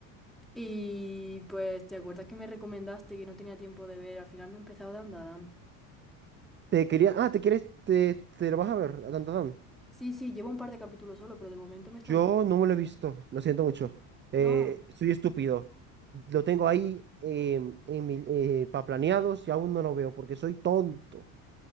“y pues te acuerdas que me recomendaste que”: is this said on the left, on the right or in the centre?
Centre